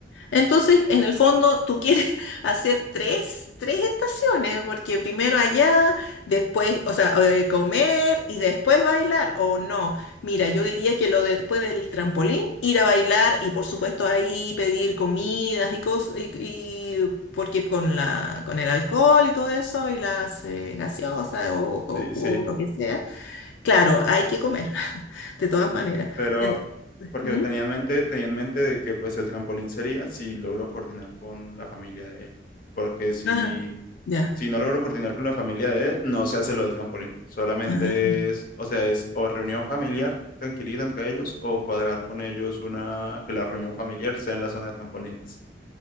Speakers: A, on the left; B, on the left.
A: Entonces, en el fondo, tú quieres <laughs> hacer tres, tres estaciones, porque primero allá, después, o sea, eh, comer y después bailar, o no. Mira, yo diría que lo de después del trampolín, ir a bailar y por supuesto ahí pedir comidas y cosas, y, y- porque con la, con el alcohol y todo eso, y las eh, gaseosas o, o
B: Sí,
A: jugo,
B: sí,
A: lo que sea, claro, hay que comer, <laughs> de todas maneras.
B: pero
A: Ent-
B: porque
A: ¿Mm?
B: tenía en mente, tenía en mente de que pues el trampolín sería si logro coordinar con la familia de él. Porque si
A: Ah, ya.
B: Si no logro coordinar con la familia de él, no se hace lo del trampolín. Solamente
A: Ah.
B: es, o sea, es o reunión familiar tranquilita entre ellos o cuadrar con ellos una que la reunión familiar sea en la zona de trampolines.